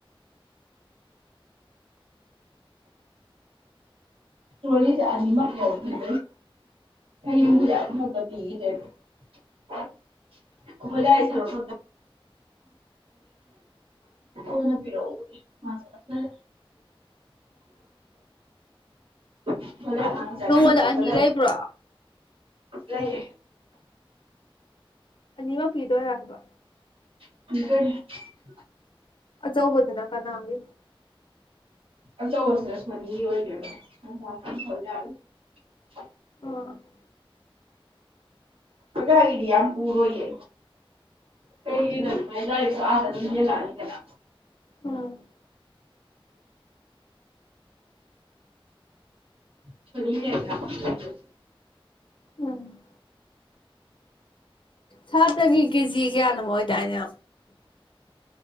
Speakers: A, on the right; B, on the left.
A: ꯇ꯭ꯔꯣꯂꯤꯁꯦ ꯑꯅꯤꯃꯛ ꯌꯥꯗꯣꯏ ꯍꯌꯦꯡꯗꯨꯗꯤ ꯑꯗꯨꯃꯛꯇ ꯄꯤꯈꯤꯗꯣꯏ ꯑꯩꯈꯣꯏ ꯗꯥ ꯁꯔꯨꯛ ꯀꯅ ꯄꯤꯔꯛꯎꯁ <unintelligible> ꯐꯦ
B: ꯅꯉꯣꯟꯗ
A: ꯆꯦ ꯑꯗꯨ
B: ꯑꯅꯤ ꯂꯩꯕ꯭ꯔꯣ
A: ꯂꯩ
B: ꯑꯅꯤꯃꯛ ꯄꯤꯗꯣꯏ ꯑꯕ
A: <unintelligible>
B: ꯑꯆꯧꯕꯗꯨꯅ ꯀꯅꯥꯒꯦ
A: ꯑ ꯁꯅꯦꯁ ꯃꯅꯤ ꯑꯣꯏꯒꯦ ꯊ <unintelligible>
B: ꯑ <unintelligible>
A: ꯑꯩꯥꯏꯗꯤꯌꯥ ꯌꯥꯝ ꯄꯨꯔꯣꯏꯌꯦ ꯀꯩꯒꯤ ꯑꯥꯔ ꯑꯗꯨ ꯌꯦꯜꯂꯛꯑꯅꯤ ꯀꯅꯥ
B: ꯎꯝ
A: <unintelligible>
B: ꯎꯝ ꯁꯥꯇ꯭ꯔꯒꯤ ꯀꯦꯖꯤ ꯀꯌꯥꯅꯣ ꯑꯣꯏꯗꯥꯏꯅꯦ